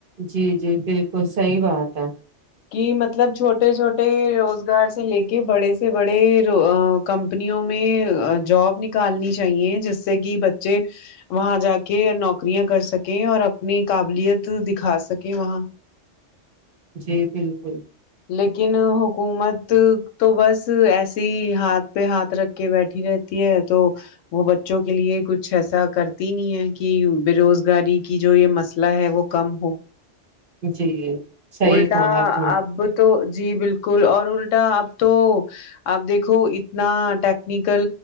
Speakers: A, on the right; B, on the left.
A: جی جی بالکل صحیح بات ہے
B: کی مطلب چھوٹے چھوٹے روزگار سے لے کے بڑے سے بڑے کمپنیوں میں جاب نکالنی چاہیے جس سے کہ بچے وہاں جا کے نوکریاں کر سکیں اور اپنی قابلیت دکھا سکیں وہاں
A: جی بالکل
B: لیکن حکومت تو بس ایسے ہی ہاتھ پہ ہاتھ رکھ کے بیٹھی رہتی ہے تو وہ بچوں کے لیے کچھ ایسا کرتی نہیں ہے کہ بے روزگاری کی جو یہ مسئلہ ہے وہ کم ہو
A: جی صحیح
B: الٹا
A: کہا آپ نے
B: اب تو جی بالکل اور الٹا اب تو اب دیکھو اتنا ٹیکنیکل